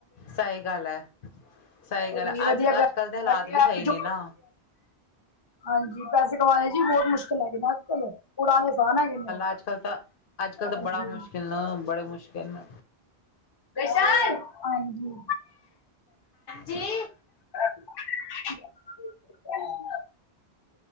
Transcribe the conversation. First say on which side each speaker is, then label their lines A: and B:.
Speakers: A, on the left; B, on the left.
A: ਸਈ ਗੱਲ ਆ। ਸਈ
B: ਕੋਈ
A: ਗੱਲ ਆ,
B: ਵਧੀਆ
A: ਅੱਜ,
B: ਗੱਲ
A: ਅੱਜ-ਕੱਲ ਦੇ ਹਾਲਾਤ
B: ਇਹ
A: ਵੀ
B: ਆ
A: ਸਈ
B: ਕਿ ਜੋ
A: ਨਈ ਨਾ।
B: ਹਾਂਜੀ, ਪੈਸੇ ਕਮਾਣੇ ਜੀ ਬੋਤ ਮੁਸ਼ਕਿਲ ਹੈਗੇਨੇ ਅੱਜ-ਕਲ, ਉੜਾਨੇ ਅਸਾਨ ਹੈਗੇ ਨੇ।
A: ਅੱਜ-ਕਲ ਤਾਂ, ਅੱਜ-ਕੱਲ
B: ਹਾਂਜੀ
A: ਤਾਂ ਬੜਾ ਮੁਸ਼ਕਿਲ ਨਾ ਬੜੇ ਮੁਸ਼ਕਿਲ ਨੇ।
B: ਹਾਂਜੀ।
A: ਹਾਂਜੀ।
B: <inaudible>